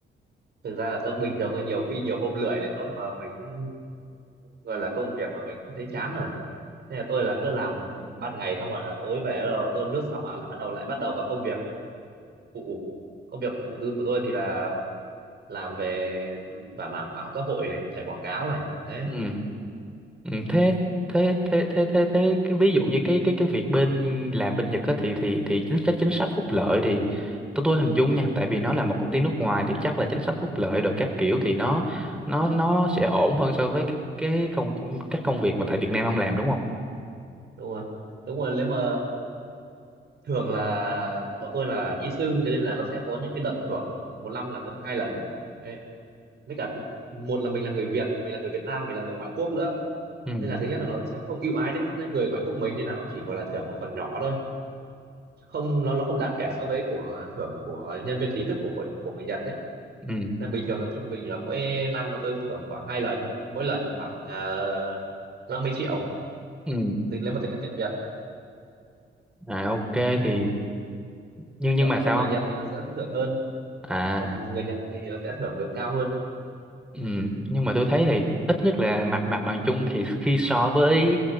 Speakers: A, on the right; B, in the centre.
A: thực ra là tôi bình thường là nhiều khi nhiều hôm lười đến nỗi mà mình cũng gọi là công việc mà mình cũng thấy chán rồi nên là tôi là cứ làm ban ngày xong rồi là tối về rồi cơm nước xong rồi là bắt đầu lại bắt đầu vào công việc phụ công việc phụ tư của tôi thì là làm về và mảng mạng xã hội này chạy quảng cáo này đấy
B: ừ. ừ thế thế thế thế thế thế cái ví dụ như cái cái cái việc bên làm bên Nhật á thì thì thì chính sách chính sách phúc lợi thì tôi tôi hình dung nha tại vì nó là một công ty nước ngoài thì chắc là chính sách phúc lợi rồi các
A: Ừ,
B: kiểu thì nó nó nó sẽ ổn hơn so với các- cái công các công việc mà tại Việt Nam ông làm đúng không
A: đúng rồi đúng rồi nếu mà thường là bọn tôi là kỹ sư thế nên là nó sẽ có những cái đợt thưởng một năm là thưởng hai lần đấy với cả thứ- một là mình là người Việt mình là người Việt Nam mình là người ngoại quốc nữa
B: ừ
A: nên là thứ nhất là nó cũng sẽ không ưu ái đến đến người ngoại quốc mình nên là nó chỉ gọi là thưởng một phần nhỏ thôi không nó nó không đáng kể so với của thưởng của nhân viên chính thức của bọn của người Nhật đấy
B: ừ
A: nên bình thường là trung bình là mỗi năm bọn tôi cũng thưởng khoảng hai lần mỗi lần khoảng uh, năm mươi triệu
B: ừ
A: tính lấy một tính là tiền Việt
B: à ok
A: nhưng
B: thì
A: mà còn
B: nhưng nhưng
A: còn
B: mà
A: còn
B: sao
A: người
B: không
A: Nhật thì nó sẽ thưởng hơn
B: à
A: còn người Nhật thì nó sẽ thưởng được cao hơn
B: Ừ, nhưng mà tôi thấy thì ít nhất là mặt mặt bằng chung thì khi so với